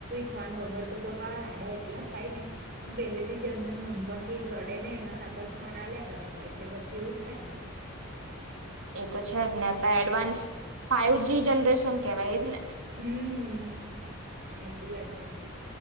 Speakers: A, on the right; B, on the right.
A: ફોન વગર તો પપા આડા એટલા થાય ને પણ પેલેથી જ એમને નોંધપણ થી જ <unintelligible> એના હાથર ફોન આલ્યા કરે હોય એટલે પછી એવું જ થાય ને.
B: એ તો છે, જ ને અત્યારે એડવાન્સ ફાાઈવ જ જનરેશન કેવાય એ જ ને.
A: હમ હ સાચી વાત છે.